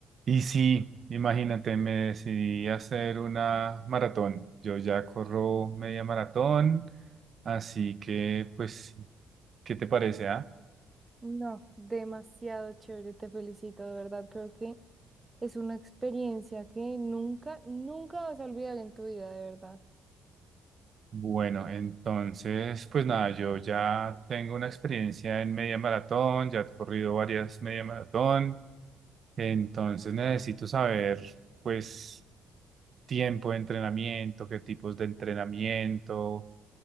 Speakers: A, on the right (about 50°); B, on the right (about 25°).
A: Y sí, imagínate, me decidí a hacer una maratón. Yo ya corro media maratón, así que, pues, ¿qué te parece, ah?
B: No, demasiado chévere, te felicito, de verdad, creo que es una experiencia que nunca, nunca vas a olvidar en tu vida, de verdad.
A: Bueno, entonces, pues nada, yo ya tengo una experiencia en media maratón, ya he corrido varias media maratón, entonces necesito saber, pues, tiempo de entrenamiento, qué tipos de entrenamiento,